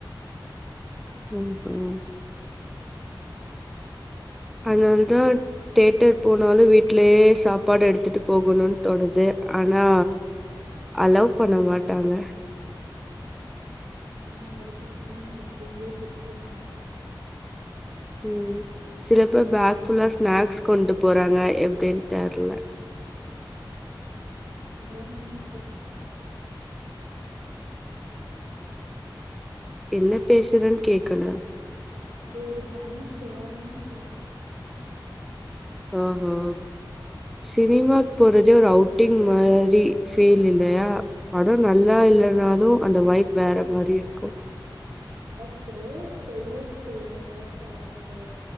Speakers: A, in the centre; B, on the right.
A: உம் ம் அதனாலதா தேட்டர் போனாலு வீட்லயே சாப்பாடு எடுத்துட்டு போகணுன்னு தோணுது ஆனா அலவ் பண்ண மாட்டாங்க
B: ஆமா ஆமா எடுத்துட்டு போனா செக்கிங்லளே புடிச்சிருவாங்கதா
A: உம் சில ப பேக் ஃபுல்லா ஸ்நாக்ஸ் கொண்டு போறாங்க எப்டின்னு தெர்ல
B: இந்திரா நீங்க சொல்லுங்க
A: என்ன பேசுறதுன்னு கேக்கல
B: அது ஒரு தனி திறமன் சொல்றே
A: ஆஹ் ஹா சினிமாக் போற அதே ஒரு அவுட்டிங் மாரி ஃபீல் இல்லையா படம் நல்லா இல்லனாலு அந்த வைப் வேற மாரி இருக்கு
B: கரெக்டு பெரிய ஸ்கிரீனு சவுண்டு